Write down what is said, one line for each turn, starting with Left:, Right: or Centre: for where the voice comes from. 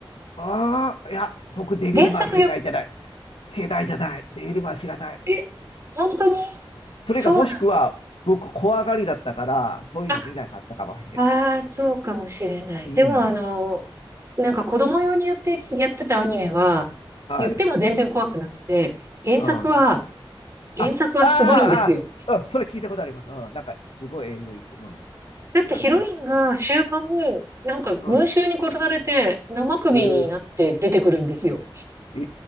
Left: ああ、いや、僕、デビルマン世代じゃない。
Right: 原作読
Left: 世代じゃない。デビルマン知らない。
Right: み、え、本当に
Left: それか、
Right: そうなん
Left: もしくは、僕、怖がりだったから、そういうの見なかったかもしれない。
Right: あ、ああー、そうかもしれない。
Left: うん。
Right: でもあの、なんか子供用にやって、やってたアニメは、
Left: はい。
Right: 言っても全然怖くなくて、原作は、
Left: うん。
Right: 原作はすごいんですよ。
Left: あ、ああ、ああ、うん、それ聞いたことあります。うん、なんか、すごいえぐいって、うん、
Right: だってヒロインが終盤、
Left: あります。
Right: なんか群衆に殺されて生首になって出てくるんですよ。
Left: うん。えー、え